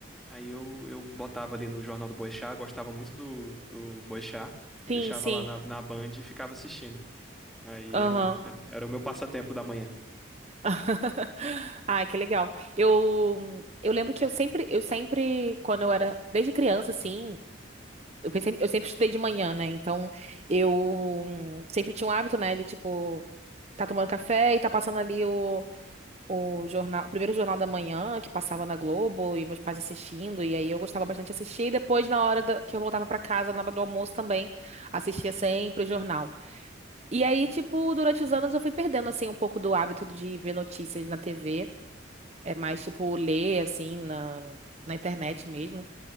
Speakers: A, in the centre; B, on the right.
A: Aí eu, eu botava ali no Jornal do Boechat, gostava muito do, do Boechat,
B: Sim,
A: deixava
B: sim.
A: lá na, na Band e ficava assistindo. Aí
B: Aham.
A: era, um, era, era o meu passatempo da manhã.
B: <laughs> Ai, que legal. Eu eu lembro que eu sempre eu sempre quando eu era desde criança assim, eu sempre eu sempre estudei de manhã, né? Então, eu hum, sempre tinha um hábito, né, de tipo tá tomando café e tá passando ali o o jornal, o primeiro jornal da manhã que passava na Globo e meus pais assistindo, e aí eu gostava bastante de assistir, e depois na hora da- que eu voltava pra casa, na hora do almoço também, assistia sempre o jornal. E aí, tipo, durante os anos eu fui perdendo assim um pouco do hábito de ver notícias na TV, é mais tipo ler assim na Na internet mesmo.